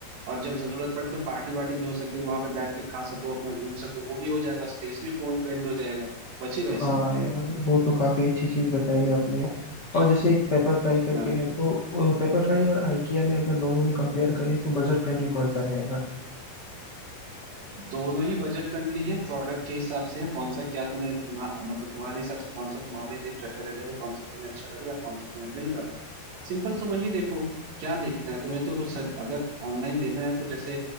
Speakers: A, on the right; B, on the left.
A: और जब जरूरत पड़े तो पार्टी वार्टी भी हो सके वहां पे बैठ के खा सको अपना घूम सको वो भी हो जाएगा स्पेस भी फोन बेंड हो जाएगा बचेगा
B: हाँ
A: इसमें
B: यार वो तो काफी अच्छी चीज बताई आपने और जैसे एक पेपर फ्राई करके
A: हाँ।
B: है तो पेपर फ्राई और आइकिया में अगर दोनों में कंपेयर करें तो बजट फ्रेंडली कौन सा रहेगा
A: दोनों ही बजट फ्रेंडली है प्रोडक्ट के हिसाब से है कौन सा क्या तुम्हें तुम्हा मतलब तुम्हारे हिसाब से कौन सा तुम्हारे लिए प्रेफरेबल है कौन सा तुम्हें अच्छा लग रहा है कौन सा तुम्हें मिल रहा है सिंपल सा वही देखो क्या देखना है तुम्हें तो सर, अगर ऑनलाइन लेना है तो जैसे